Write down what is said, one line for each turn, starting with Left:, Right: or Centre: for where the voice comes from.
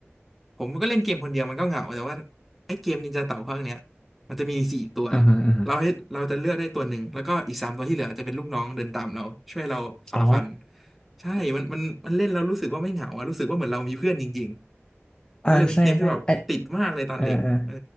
Centre: ผมก็เล่นเกมคนเดียวมันก็เหงา แต่ว่าไอ้เกมนินจาเต่าภาคเนี้ยมันจะมีสี่ตัว
Left: อือฮึอือฮึ
Centre: เราให้เราจะเลือกได้ตัวหนึ่งแล้วก็อีกสามตัวที่เหลือจะเป็นลูกน้องเดินตามเราช่วยเราฝ่าฟัน
Left: อ๋อ
Centre: ใช่มันมันมันเล่นเรารู้สึกว่าไม่เหงาอะรู้สึกว่าเหมือนเรามีเพื่อนจริงๆก็เลยเป็นเกมที่แบบติดมากเลยตอนเด็กเออ
Left: อ่าใช่ใช่ไอเออเออ